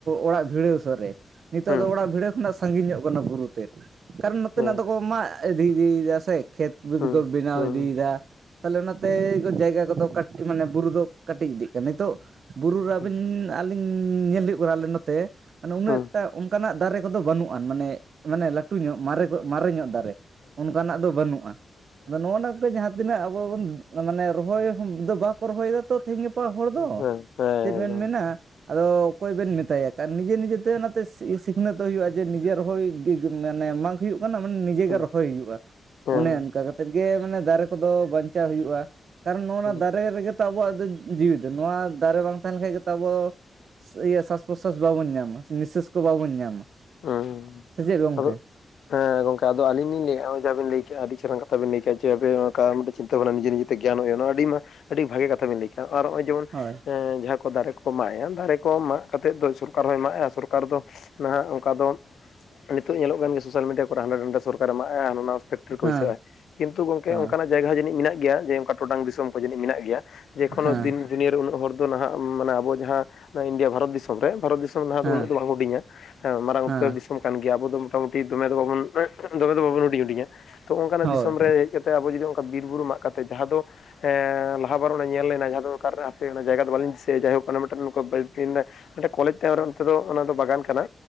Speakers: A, on the right (about 55°); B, on the left (about 85°).
A: ᱚᱲᱟᱜ ᱵᱷᱤᱲᱟᱹᱶ ᱥᱟᱹᱨ ᱨᱮ ᱱᱤᱛᱚᱜ
B: ᱦᱩᱸ
A: ᱫᱚ ᱚᱲᱟᱜ ᱵᱷᱤᱲᱟᱹᱣ ᱠᱷᱚᱱᱟᱜ ᱥᱟᱺᱜᱤᱧ ᱧᱚᱜ ᱠᱟᱱᱟ ᱵᱩᱨᱩ ᱛᱮᱫ᱾ ᱠᱟᱨᱚᱱ ᱱᱚᱛᱮᱱᱟᱜ
B: ᱦᱩᱸ
A: ᱫᱚᱠᱚ ᱢᱟᱜ ᱤᱫᱤ ᱤᱫᱤᱭᱮᱫᱟ ᱥᱮ ᱠᱷᱮᱛ ᱵᱟᱹᱛ
B: ᱦᱩᱸ
A: ᱠᱚ ᱵᱮᱱᱟᱣ
B: ᱦᱩᱸ
A: ᱤᱫᱤᱭᱫᱟ᱾ ᱛᱟᱦᱞᱮ ᱚᱱᱟ
B: ᱦᱩᱸ
A: ᱛᱮ ᱡᱟᱭᱜᱟ ᱠᱚᱫᱚ ᱠᱟᱴ ᱢᱟᱱᱮ ᱵᱩᱨᱩ ᱫᱚ ᱠᱟᱹᱴᱤᱡ ᱤᱫᱤᱜ ᱠᱟᱱᱟ᱾ ᱱᱤᱛᱚᱜᱼᱼ ᱵᱩᱨᱩ ᱨᱮ ᱟᱵᱮᱱᱼᱟᱞᱤᱧ
B: ᱦᱩᱸ
A: ᱧᱮᱞ ᱦᱩᱭᱩᱜ ᱠᱟᱱᱟ, ᱟᱞᱮ ᱱᱚᱛᱮ ᱢᱟᱱᱮ ᱩᱱᱟᱹᱜ
B: ᱦᱩᱸ
A: ᱴᱟᱼᱼ ᱟᱱᱠᱟᱱᱟᱜ ᱫᱟᱨᱮ ᱠᱚᱫᱚ ᱵᱟᱹᱱᱩᱜ-ᱟ ᱢᱟᱱᱮ, ᱢᱟᱱᱮ ᱞᱟ ᱞᱟᱹᱴᱩ ᱧᱚᱜ ᱢᱟᱨᱮ, ᱢᱟᱨᱮ ᱧᱚᱜ ᱫᱟᱨᱮ ᱚᱱᱠᱟᱱᱟᱜ ᱫᱚ ᱵᱟᱹᱱᱩᱜᱼᱟ᱾ ᱟᱫᱚ ᱱᱚᱜᱼᱚᱭ ᱱᱚᱣᱟ ᱠᱚ ᱜᱮ ᱡᱟᱦᱟᱸ <unintelligible> ᱼᱼ ᱛᱤᱱᱟᱹᱜ ᱟᱵᱚ ᱵᱚᱱ ᱢᱟᱱᱮ ᱨᱚᱦᱚᱭ ᱫᱚ ᱵᱟᱸᱼᱼ ᱵᱟᱠᱚ ᱨᱚᱦᱚᱭᱮᱫᱟ ᱛᱚ ᱛᱮᱦᱮᱧ ᱜᱟᱯᱟ ᱦᱚᱲ ᱫᱚ
B: ᱦᱮᱸ, ᱦᱮᱸ
A: ᱪᱮᱫ ᱵᱮᱱ
B: ᱮᱠᱫᱚᱢ
A: ᱢᱮᱱᱟᱼᱼ ᱟᱫᱚ ᱚᱠᱚᱭ ᱵᱮᱱ ᱢᱮᱛᱟᱭᱟ, ᱞᱟᱨᱚᱱ ᱱᱤᱡᱮ ᱱᱤᱡᱮ ᱛᱮ ᱚᱱᱟ ᱛᱮ ᱥᱤᱠᱷᱱᱟᱹᱛᱚᱜ ᱦᱳᱭᱩᱜᱼᱟ, ᱡᱮ ᱱᱤᱡᱮ ᱨᱚᱦᱚᱭ ᱢᱟᱱᱮ ᱢᱟᱜ ᱦᱳᱭᱩᱜ ᱠᱟᱱᱟ ᱢᱟᱱᱮ ᱱᱤᱡᱮ ᱜᱮ
B: ᱦᱩᱸ,
A: ᱨᱚᱦᱚᱭ ᱦᱳᱭᱩᱜᱼᱟ᱾
B: ᱦᱩᱸ,
A: ᱚᱱᱮ ᱚᱱᱠᱟ ᱠᱟ ᱛᱮᱫ ᱜᱮ ᱢᱟᱱᱮ ᱫᱟᱨᱮ ᱠᱚᱫᱚ, ᱵᱟᱧᱪᱟᱣ ᱦᱳᱭᱩᱜᱼᱟ, ᱠᱟᱨᱚᱱ ᱱᱚᱜᱼᱱᱟ
B: ᱦᱩᱸ,
A: ᱫᱟᱨᱮ ᱨᱮ ᱜᱮ ᱟᱵᱚᱣᱟᱜ ᱫᱚ ᱡᱤᱣᱤ ᱫᱚ ᱱᱚᱣᱟ ᱫᱟᱨᱮ ᱵᱟᱝ ᱛᱟᱦᱮᱸ ᱞᱮᱱ ᱠᱷᱟᱡ ᱜᱮᱛᱚ ᱟᱵᱚ <unintelligible> ᱼᱼ ᱤᱭᱟᱹ ᱥᱟᱥ ᱯᱨᱚᱥᱟᱥ ᱵᱟᱵᱚᱱ ᱧᱟᱢᱟ, ᱱᱤᱥᱟᱹᱥ ᱠᱚ ᱵᱟᱵᱚᱱ ᱧᱟᱢᱟ᱾
B: ᱦᱩᱸ
A: ᱥᱮ ᱪᱮᱫ ᱜᱚᱝᱠᱮ?
B: ᱟᱫᱚ ᱦᱮᱸ ᱜᱚᱝᱠᱮ ᱟᱫᱚ ᱟᱹᱞᱤᱧ ᱞᱤᱧ ᱞᱟᱹᱭᱮᱜᱼᱟ, ᱦᱚᱜᱼᱚᱭ ᱡᱟᱦᱟᱸ ᱵᱤᱱ ᱞᱟᱹᱭ ᱠᱮᱜ-ᱟ, ᱟᱹᱰᱤ ᱪᱮᱦᱨᱟ ᱠᱟᱛᱷᱟ ᱵᱤᱱ ᱞᱟᱹᱭ ᱠᱮᱜ-ᱟ, ᱡᱮ ᱚᱱᱠᱟ ᱢᱤᱫᱴᱟᱝ ᱪᱤᱱᱛᱟᱹ ᱵᱷᱟᱵᱱᱟ ᱱᱤᱡᱮ, ᱱᱤᱡᱮ ᱛᱮ ᱜᱮᱭᱟᱱ ᱦᱳᱭᱳᱜ, ᱱᱚᱣᱟ ᱟᱹᱰᱤ, ᱟᱹᱰᱤ ᱵᱷᱟᱜᱮ ᱠᱟᱛᱷᱟ ᱵᱤᱱ ᱞᱟᱹᱭ ᱠᱮᱫᱟ, ᱟᱨ ᱦᱚᱜᱼᱚᱭ ᱡᱮᱢᱚᱱ
A: ᱦᱳᱭ
B: ᱡᱟᱦᱟᱸ ᱠᱚ ᱫᱟᱨᱮ ᱠᱚ -ᱼ ᱢᱟᱜ ᱮ ᱫᱟᱨᱮ ᱠᱚ ᱢᱟᱜ ᱠᱟᱛᱮᱫ ᱫᱚ, ᱥᱚᱨᱠᱟᱨ ᱦᱚᱸᱭ ᱢᱟᱜ ᱮᱜᱟ ᱥᱚᱨᱠᱟᱨ ᱫᱚ ᱱᱟᱦᱟᱜ ᱚᱱᱠᱟ ᱫᱚ, ᱱᱤᱛᱚᱜ ᱧᱮᱞᱚᱜ ᱠᱟᱱ ᱜᱮᱭᱟ, ᱥᱳᱥᱟᱞ ᱢᱤᱰᱤᱭᱟ ᱠᱚᱨᱮ ᱦᱟᱸᱰᱮ ᱱᱟᱰᱮ ᱥᱚᱨᱠᱟᱨᱮ ᱢᱟᱜ ᱮᱜᱟᱴᱼᱟ, ᱦᱟᱱᱟ ᱱᱟᱣᱟ ᱯᱷᱮᱠᱴᱚᱨᱤ ᱠᱚ
A: ᱦᱮᱸ
B: ᱵᱟᱭᱥᱟᱹᱜᱼᱟ᱾ ᱠᱤᱱᱛᱩ ᱜᱚᱝᱠᱮ
A: ᱦᱮᱸ
B: ᱚᱱᱠᱟᱱᱟᱜ ᱡᱟᱭᱜᱟ ᱦᱚ, ᱡᱟᱹᱱᱤᱡ ᱢᱮᱱᱟᱜ ᱜᱮᱭᱟ, ᱡᱮ ᱚᱱᱠᱟ ᱴᱚᱰᱟᱝ ᱫᱤᱥᱚᱢ ᱠᱚ ᱡᱟᱹᱱᱤᱡ ᱢᱮᱱᱟᱜ ᱜᱮᱭᱟ᱾ ᱡᱮᱠᱳᱱᱳ
A: ᱦᱮᱸ
B: ᱫᱤᱱ ᱫᱩᱱᱤᱭᱟᱹ ᱨᱮ, ᱩᱱᱟᱹᱜ ᱦᱚᱲ ᱫᱚ ᱱᱟᱦᱟᱜ, ᱢᱟᱱᱮ ᱟᱵᱚ ᱡᱟᱦᱟᱸ ᱤᱱᱰᱤᱭᱟ ᱵᱷᱟᱨᱚᱛ ᱫᱤᱥᱚᱢ ᱨᱮ, ᱵᱷᱟᱨᱚᱛ ᱫᱤᱥᱚᱢ ᱨᱮ ᱱᱟᱦᱟᱜ
A: ᱦᱮᱸ
B: ᱫᱚ, ᱩᱱᱟᱹᱜ ᱫᱚ ᱵᱟᱝ ᱦᱩᱰᱤᱧᱟ, ᱢᱟᱨᱟᱝ
A: ᱦᱮᱸ
B: ᱩᱛᱟᱹᱨ ᱫᱤ ᱫᱤᱥᱚᱢ ᱠᱟᱱ ᱜᱮᱭᱟ, ᱟᱵᱚ ᱫᱚ ᱢᱚᱴᱟᱢᱩᱴᱤ ᱫᱚᱢᱮ ᱫᱚ ᱵᱟᱵᱚᱱ ᱫᱚᱢᱮ, ᱫᱚ ᱵᱟᱵᱚᱱ ᱦᱩᱰᱤᱧ, ᱦᱩᱰᱤᱧᱟ ᱛᱚ ᱚᱱᱠᱟᱱᱟᱜ
A: ᱦᱳᱭ
B: ᱫᱤᱥᱚᱢ ᱨᱮ ᱦᱮᱜ ᱠᱟᱛᱮ ᱟᱵᱚ ᱡᱩᱫᱤ ᱚᱱᱠᱟ ᱵᱤᱨ ᱵᱩᱨᱩ ᱢᱟᱜ ᱠᱟᱛᱮ ᱡᱟᱦᱟᱸ ᱫᱚᱼᱼ ᱮᱸ ᱞᱟᱦᱟ ᱵᱟᱨ ᱚᱱᱟ ᱧᱮᱞ ᱞᱮᱱᱟ, ᱡᱟᱦᱟᱸ ᱫᱚ ᱚᱠᱟᱨᱮ ᱦᱟᱯᱮ ᱚᱱᱟ ᱡᱟᱭᱜᱟ ᱫᱚ, ᱵᱟᱹᱞᱤᱧ ᱫᱤᱥᱟᱹᱭ ᱡᱟᱭᱦᱳᱠ ᱚᱱᱟ ᱢᱤᱫᱴᱟᱱ ᱱᱚᱝᱠᱟ ᱢᱤᱫᱴᱟᱱ ᱠᱚᱞᱮᱡᱽ ᱛᱟᱭᱚᱢ ᱨᱮ ᱚᱱᱛᱮ ᱫᱚ ᱚᱱᱟ ᱫᱚ ᱵᱟᱜᱟᱱ ᱠᱟᱱᱟ᱾